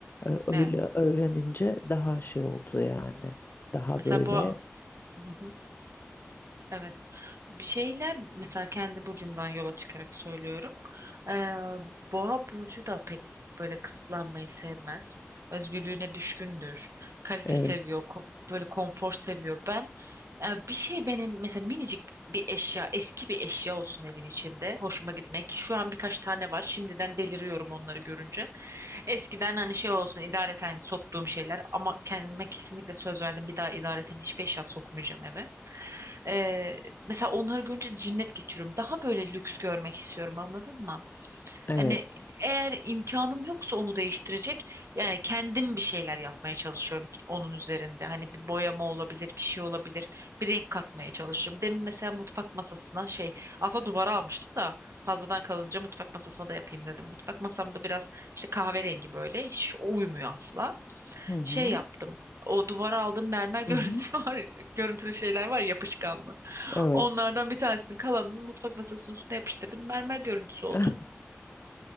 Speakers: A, on the left; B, on the right.
A: E, öyle
B: Evet.
A: öğrenince daha şey oldu yani. Daha
B: Mesela
A: böyle
B: bu Hı hı. Evet. Bir şeyler mesela kendi burcumdan yola çıkarak söylüyorum. Ee, Boğa burcu da pek böyle kısıtlanmayı sevmez. Özgürlüğüne düşkündür. Kalite
A: evet
B: seviyor. ko- böyle konfor seviyor. Ben e, bir şey benim mesela minicik bir eşya, eski bir eşya olsun evin içinde. Hoşuma gitmek ki şu an birkaç tane var. Şimdiden deliriyorum onları görünce. Eskiden hani şey olsun idareten soktuğum şeyler ama kendime kesinlikle söz verdim. Bir daha idareten hiçbir eşya sokmayacağım eve. Ee, mesela onları görünce cinnet geçiriyorum. Daha böyle lüks görmek istiyorum anladın mı?
A: evet.
B: Yani eğer imkanım yoksa onu değiştirecek yani kendim bir şeyler yapmaya çalışıyorum ki onun üzerinde. Hani bir boyama olabilir, bir şey olabilir. Bir renk katmaya çalışıyorum. Demin mesela mutfak masasına şey aslında duvara almıştım da fazladan kalınca mutfak masasına da yapayım dedim. Mutfak masamda biraz işte kahverengi böyle hiç uymuyor asla.
A: Hı hı,
B: Şey yaptım. O duvara aldığım mermer <laughs> görüntüsü
A: hı hı,
B: var, ya- görüntülü şeyler var yapışkanlı.
A: evet.
B: Onlardan bir tanesini kalanını mutfak masasının üstüne yapıştırdım. Mermer görüntüsü oldu.
A: <laughs>